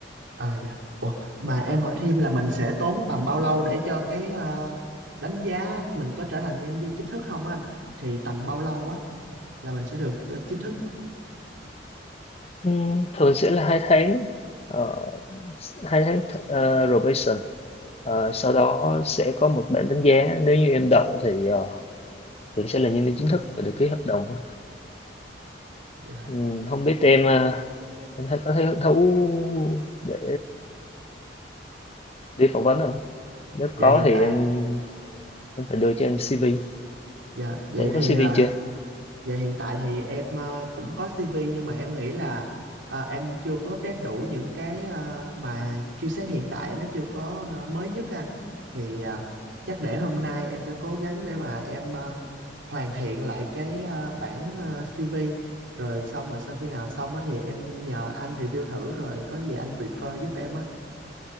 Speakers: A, on the right; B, on the left.
A: à dạ Ủa, mà em hỏi thêm là mình sẽ tốn tầm bao lâu để cho cái à, đánh giá mình có trở thành nhân viên chính thức không á anh thì tầm bao lâu á là mình sẽ được ờ, chính thức
B: Ừm, Thường sẽ là hai tháng. Ờ, hai tháng th- ờ, probation Ờ, sau đó
A: Ờ,
B: sẽ có một bản đánh giá nếu như em đậu thì ờ, thì sẽ là nhân viên chính thức và được ký hợp đồng
A: dạ
B: Ừm, không biết em ờ, em thấy có thấy hứng thú để đi phỏng vấn không nếu
A: dạ
B: có
A: hiện
B: thì
A: tại
B: em em phải đưa cho em CV
A: Dạ, vậy
B: Tại em có
A: thì
B: CV
A: à,
B: chưa
A: dạ hiện tại thì em à, cũng có CV nhưng mà em nghĩ là à, em chưa có update đủ những cái à, mà skill set hiện tại nó chưa có à, mới nhất á anh. Thì à, chắc để hôm nay em sẽ cố gắng để mà em à, hoàn thiện lại cái à, bản à, CV rồi xong rồi sau khi nào xong á thì em nhờ anh review thử rồi có gì anh refer giúp em á.